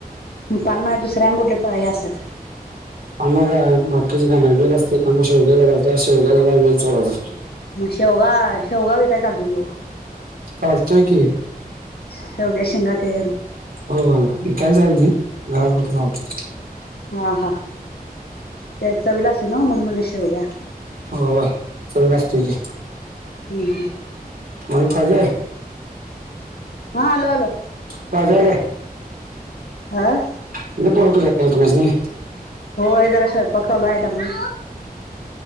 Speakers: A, on the left; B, on the right.
A: तु पानमाय दुसऱ्या आणि कुठ पा ह्या असतात.
B: पण मग काय बाकीची काय नाही वेल असते तेग शेवग्या अस शेवग्याला वेल त असतो.
A: मग शेवगा शेवगा विकाय चालतो.
B: चालतोय की
A: शेवग्याच्या शेंगा ते
B: हो काय चाल घरापडत कावती
A: हा हा ते चवीला असे म्हण शेव घ्या.
B: हो होय सगळ असत की
A: हम् हम.
B: माइक पाहिजे?
A: हा आलो आलो.
B: पाजय काय?
A: आह.
B: किती फोन करायचं तुम्हास्नी.
A: होय जरा स्वयंपाक चालू आहे त्या मुळ.